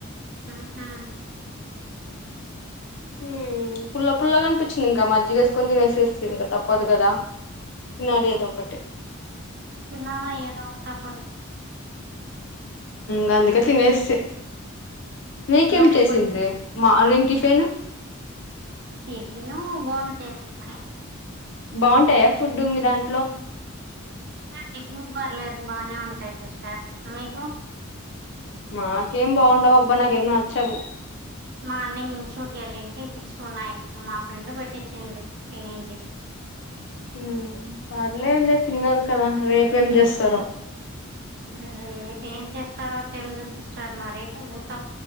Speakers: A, on the right; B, on the left.
A: ఉహు
B: హు పుల్ల పుల్లగా అనిపించింది ఇంకా మజ్జిగేసుకొని తినేసేస్తుంది ఇంకా తప్పదు కదా తీన్నాలి ఏదో ఒక్కటి
A: తినాలి ఏదో ఒకటి తప్పదు
B: గధికే తినేస్తే మీకేం
A: మరి
B: చేసిండ్రీ
A: ఇప్పుడు
B: మార్నింగ్ టిఫిన్
A: టిఫిన్ బోండా చేసిర్ర
B: బాగుంటాయా ఫుడ్ మీ దాంట్లో
A: టిఫిన్స్ పర్లేదు బాగానే ఉంటాయి సిస్టర్ మీకు
B: మాకేం బాగుండవు అబ్బా నాకేం నచ్చవు
A: మార్నింగ్ ఇన్స్టిట్యూట్ వెళ్ళింటి సిక్స్ టు నైన్ మా ఫ్రెండ్ పెట్టించిన్ది తినింది
B: <inaudible> ఉమ్ పర్లేదు లేదు లే తిన్నారు కదా రేపేం చేస్తారో
A: రేపు ఏం చేస్తారో తెలిదు సిస్టర్ మరి ఊత